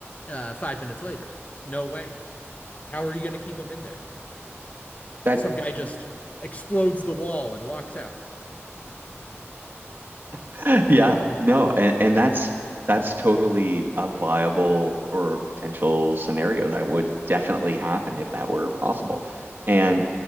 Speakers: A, on the left; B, on the right.
A: uh, five minutes later. No way. How are you going to keep them in there?
B: That,
A: some guy just explodes the wall and walks out.
B: <gasps> <laughs> yeah, no, and, and that's that's totally a viable or potential scenario that would definitely happen if that were possible. And